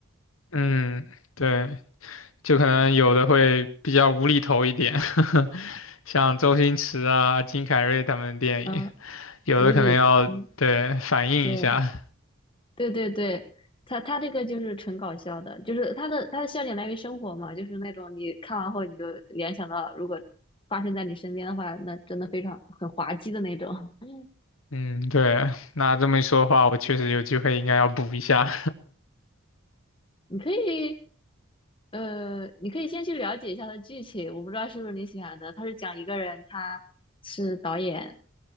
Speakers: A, on the left; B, on the left.
A: 嗯，对。就可能有的会比较无厘头一点，<laughs> 像周星驰啊、金凯瑞他们的电影，
B: 嗯，
A: 有的可能要对反映一下。
B: 无厘，嗯，对对对对，他他这个就是纯搞笑的，就是他的他的笑点来源于生活嘛，就是那种你看完后你就联想到如果发生在你身边的话，那真的非常很滑稽的那种，<laughs>
A: 嗯，对，那这么一说的话，我确实有机会应该要补一下。
B: 你可以，呃，你可以先去了解一下它的剧情，我不知道是不是你喜欢的。它是讲一个人，他是导演，